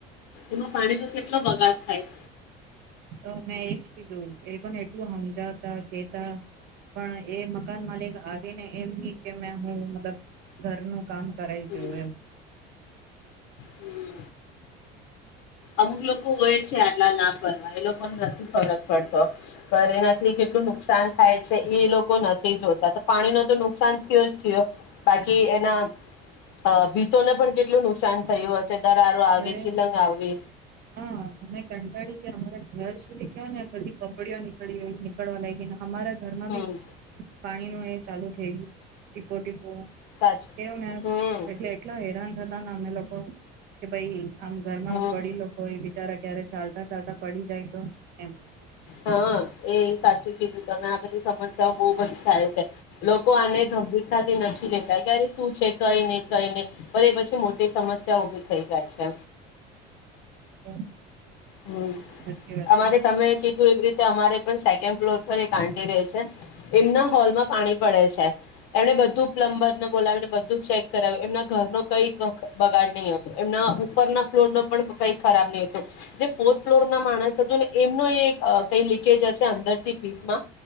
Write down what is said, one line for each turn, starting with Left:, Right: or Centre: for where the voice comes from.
Left: એમાં પાણી ન કેટલો બગાડ થાય
Right: તો મેં એજ કીધું એ લોકોને એટલું સમજાવતા કેતા પણ એ મકાન માલિક આવી ને એમ નહી કે મેં હું મતલબ ઘરનું કામ કરાવી
Left: હમ,
Right: દું એમ
Left: હમ. અમુક લોકો હોય છે આટલા ના ફરવા એ લોકોનો નથી ફરક પડતો પણ એનાથી કેટલું નુકસાન થાય છે એ લોકો નથી જોતા તો પાણી ન તો નુકસાન થયો જ થયો બાકી એના અ ભીતોને પણ કેટલું નુકસાન થયું દરારો આવે
Right: અરે
Left: શિલંગ આવે
Right: હા અમે કંટાળી ગયા અમારા ઘર સુધ ને બધી કપડીઓ નીકળી નીકળવા લાગીને અમારા ઘરમાં
Left: હમ
Right: બી પાણી નો ચાલુ થઈ ગયું ટીપો ટ
Left: સાચું
Right: કેવું ને
Left: હમ
Right: એટલે એટલા હેરાન થતા ને અમે લોકો કે ભાઈ આમ ઘરમાં
Left: હમ
Right: વડી લોકોય બિચારા ક્યારે ચાલતા ચાલતા પડી જાય તો એમ
Left: હા એ સાચું કીધું તમે આ બધી સમસ્યાઓ બહુ બધી થાય છે લોકો આને ગંભીરતાથી નથી લેતા કે અરે શું છે કઈ નહી કઈ નહી પણ એ પછી મોટી સમસ્યા ઉભી થઈ જાય છે
Right: તો
Left: હમ
Right: સાચી વાત
Left: અમારે
Right: તો
Left: તમે ક એવી રીતે અમારે પણ સેકન્ડ ફ્લોર પર એક આટી ર છે એમના હોલમાં પાણી પડે છે એમને બધું પ્લમ્બરને બોલાવીને બધું ચેક કરાવ્યું એમના ઘર ન કઈક બગાડ નહી હતો એમના ઉપરના ફ્લોર નો પણ કઈ ખરાબ નહ હતું જે ફોર્થ ફ્લોર ના માણસ હતું ને એમનું એ કઈ લીકેજ હશે અંદરથી ભીતમાં